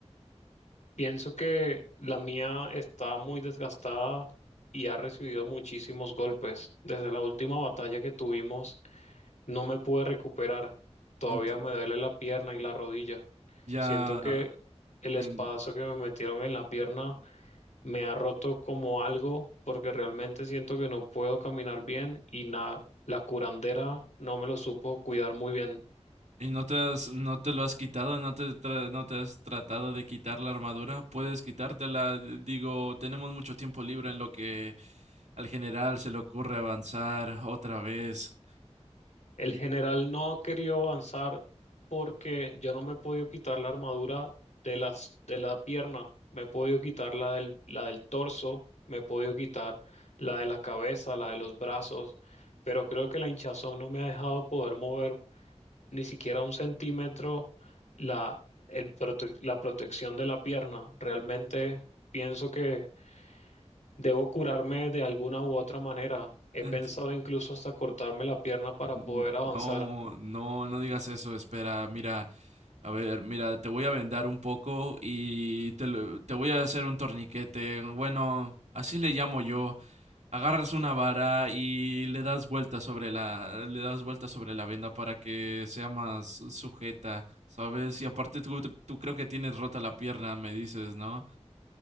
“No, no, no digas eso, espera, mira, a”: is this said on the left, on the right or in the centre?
Right